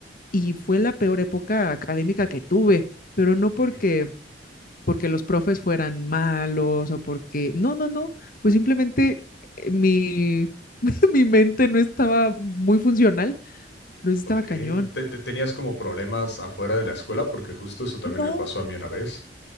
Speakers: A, on the left; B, on the left.
A: y fue la peor época académica que tuve, pero no
B: Ok,
A: porque porque los profes fueran malos o porque... No, no, no, pues simplemente eh, mi, <laughs> mi mente no estaba muy funcional, pero sí estaba
B: ok.
A: cañón.
B: Te- te- ¿Tenías como problemas afuera de la escuela? Porque justo eso también
A: No,
B: me pasó a mí una vez.